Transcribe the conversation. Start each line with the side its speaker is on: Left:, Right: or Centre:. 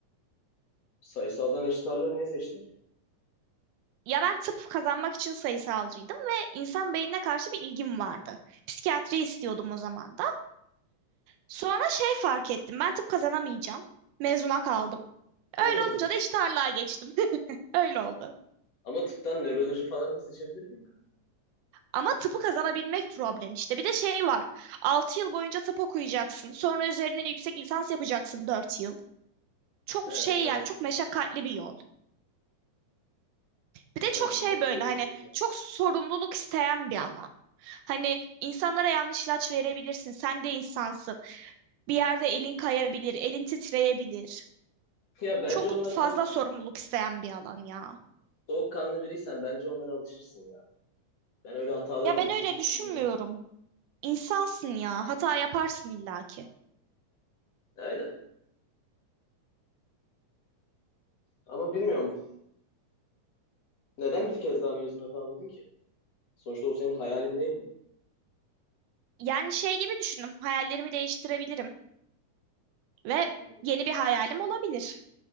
Left: Sayısaldan eşit ağırlığı niye seçtin ki?
Right: Ya ben tıp kazanmak için sayısalcıydım ve insan beynine karşı bir ilgim vardı. Psikiyatri istiyordum o zaman da. Sonra şey fark ettim. Ben tıp kazanamayacağım. Mezuna kaldım.
Left: Öyle
Right: Öyle olunca
Left: mi?
Right: da eşit ağırlığa geçtim. <laughs> Öyle oldu.
Left: Ama tıptan nöroloji falan da seçebilir miyim?
Right: Ama tıpı kazanabilmek problem işte. Bir de şey var. altı yıl boyunca tıp okuyacaksın. Sonra üzerine yüksek lisans yapacaksın 4 yıl. Çok
Left: ya?
Right: şey
Left: Evet biraz
Right: yani çok meşakkatli bir yol. Bir de
Left: Evet
Right: çok şey
Left: biraz
Right: böyle
Left: süre geçiyor
Right: hani
Left: ya.
Right: çok sorumluluk isteyen bir alan. Hani insanlara yanlış ilaç verebilirsin. Sen de insansın. Bir yerde elin kayabilir, elin titreyebilir.
Left: Ya bence
Right: Çok
Left: onlara
Right: fazla
Left: al
Right: sorumluluk isteyen bir alan ya.
Left: soğukkanlı biriysen bence onlara alışırsın ya. Ben öyle hatalar
Right: Ya
Left: olduğunu
Right: ben öyle
Left: çok düşünmüyorum.
Right: düşünmüyorum. İnsansın ya. Hata yaparsın illaki.
Left: Öyle. Ama bilmiyorum. Neden bir kez daha mezuna kalmadın ki? Sonuçta o senin hayalin değil mi?
Right: Yani şey gibi düşündüm. Hayallerimi değiştirebilirim. Ve
Left: Hmm.
Right: yeni bir hayalim olabilir.